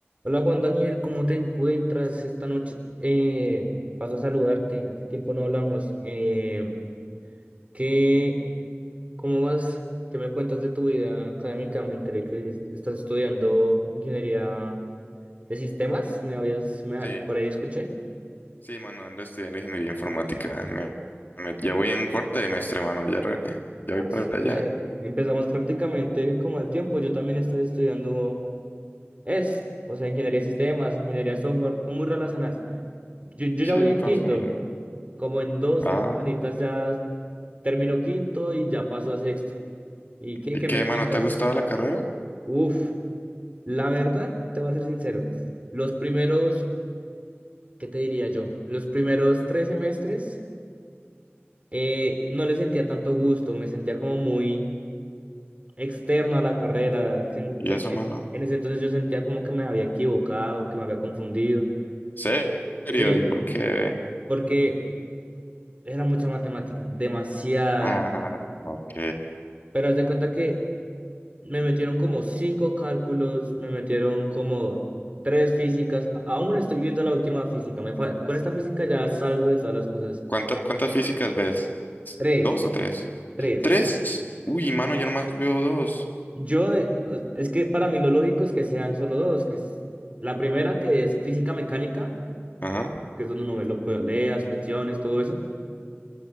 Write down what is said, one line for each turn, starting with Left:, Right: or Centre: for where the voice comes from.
Right: Hola Juan Daniel, ¿cómo te encuentras esta noche? Eh, paso a saludarte, hace tiempo no hablamos. Eh, ¿qué, cómo vas? ¿Qué me cuentas de tu vida académica? Me enteré que estás estudiando ingeniería de sistemas, me habías, me-
Left: Sí,
Right: por ahí escuché.
Left: sí, mano, ando estudiando ingeniería informática. Me- me- ya voy en cuarto semestre, mano, ya, re- ya
Right: Ah,
Left: voy para
Right: súper.
Left: allá.
Right: Empezamos prácticamente como al tiempo, yo también estoy estudiando ES, o sea, ingeniería de sistemas, ingeniería de software, son muy relacionadas. Yo, yo
Left: Sí,
Right: ya voy en quinto,
Left: casi lo mismo.
Right: como en dos,
Left: Ah,
Right: tres semanitas ya Terminó quinto y ya pasó a sexto. ¿Y qué,
Left: ¿y
Right: qué
Left: qué,
Right: me
Left: mano?
Right: cuentas?
Left: ¿Te ha gustado la carrera?
Right: Uf, la verdad, te voy a ser sincero. Los primeros, ¿qué te diría yo? Los primeros tres semestres eh, no le sentía tanto gusto, me sentía como muy externo a la carrera. sen-
Left: ¿Y
Right: se-
Left: eso,
Right: en
Left: mano?
Right: en ese entonces yo sentía como que me había equivocado, que me había confundido.
Left: ¿Serio?
Right: Sí,
Left: ¿Y por qué?
Right: porque era mucha matemática, demasiada.
Left: Ah, ok.
Right: Pero haz de cuenta que Me metieron como cinco cálculos, me metieron como tres físicas. a- Aún estoy viendo la última física. Me fa- Con esta física ya salgo de todas las cosas.
Left: ¿Cuánta- cuántas físicas ves?
Right: Tres,
Left: ¿Dos o tres?
Right: tres.
Left: ¿Tres? Uy, mano, yo nomás veo dos.
Right: Yo, de- o- es que para mí lo lógico es que sean solo dos, que es la primera que es física mecánica,
Left: Ajá,
Right: que es donde uno ve lo poleas, fricciones, todo eso,